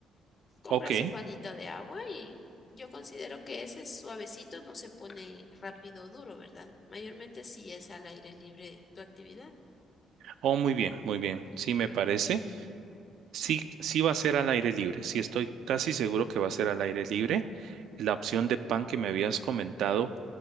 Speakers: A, on the left (about 40°); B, on the right (about 80°).
A: Compras
B: Ok.
A: un panito de agua y yo considero que ese suavecito no se pone rápido duro, ¿verdad? Mayormente si es al aire libre tu actividad.
B: Oh, muy bien, muy bien. Sí, me parece. Sí, sí va a ser al aire libre, sí estoy casi seguro que va a ser al aire libre. La opción de pan que me habías comentado,